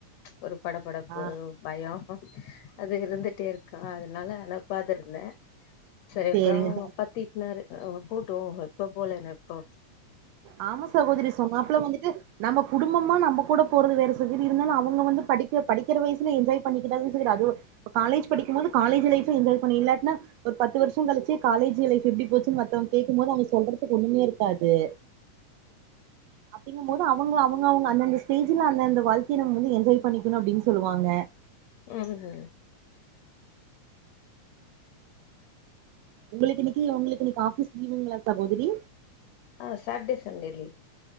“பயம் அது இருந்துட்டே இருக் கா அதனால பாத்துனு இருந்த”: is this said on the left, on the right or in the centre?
Left